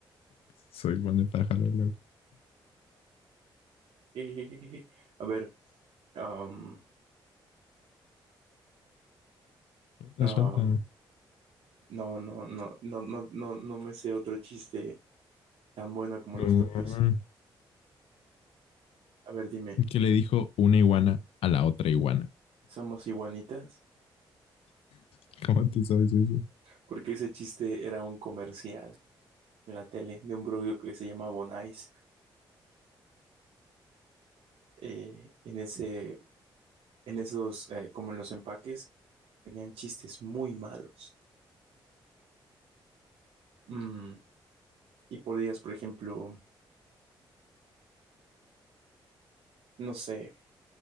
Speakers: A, on the left; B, on the right.
A: Soy buen de pájaro loco.
B: <laughs> Ejejeje. A ver. um,
A: Suelta,
B: um,
A: suelta.
B: No, no, no, no, no, no, no me sé otro chiste tan bueno como
A: No.
B: los tuyos. A ver, dime,
A: que le dijo una iguana a la otra iguana.
B: ¿somos iguanitas?
A: <laughs> ¿Cómo te sabes eso?
B: Porque ese chiste era un comercial en la tele de un producto que se llama Bonais. Eh, en ese, en esos, eh, como en los empaques, tenían chistes muy malos. Mm, y podías, por ejemplo, no sé,